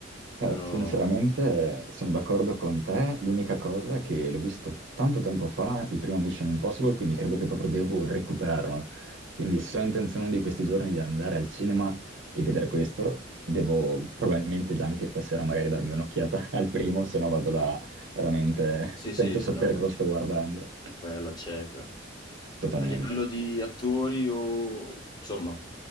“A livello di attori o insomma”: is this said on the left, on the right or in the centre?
Left